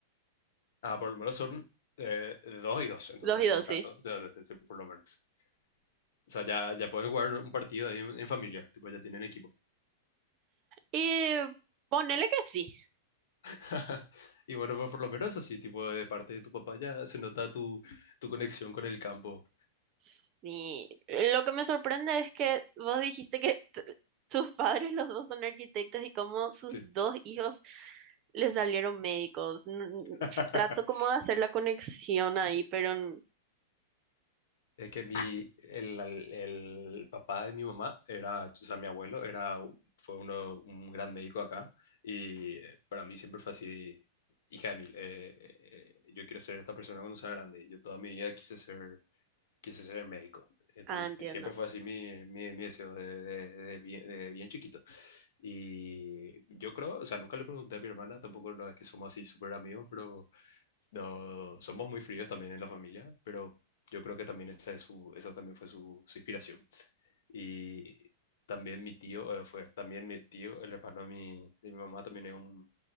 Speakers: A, on the left (about 70°); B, on the right (about 40°).
A: Ah, por lo menos son eh, dos y dos, entonces
B: Dos y
A: en todo
B: dos,
A: caso,
B: sí.
A: ya, ya, ya, sí, por lo menos. O sea, ya, ya pueden jugar un partido ahí en, en familia, tipo, ya tienen equipo.
B: Y ponele que sí.
A: <laughs> Y bueno, pues, por lo menos así, tipo, de parte de tu papá ya se nota tu, tu conexión con el campo.
B: Sí. Lo que me sorprende es que vos dijiste que su- sus padres los dos son arquitectos y cómo sus
A: Sí.
B: dos hijos le salieron médicos. N- n-
A: <laughs>
B: Trato como de hacer la conexión ahí, pero n-
A: Es que mi, el, al- el papá de mi mamá era, o sea, mi abuelo era, fue uno, un gran médico acá y eh, para mí siempre fue así, hija de mil, eh, eh, eh, yo quiero ser esta persona cuando sea grande. Yo toda mi vida quise ser, quise ser médico. Entonces,
B: ah, entiendo.
A: y siempre fue así mi, mi, mi deseo de, de- de bien, de bien chiquito. Y yo creo, o sea, nunca le pregunté a mi hermana, tampoco no es que somos así súper amigos, pero no, somos muy fríos también en la familia, pero yo creo que también esa, es su, esa también fue su, su inspiración. Y también mi tío, eh, fue, también mi tío, el hermano de mi, de mi mamá, también es un,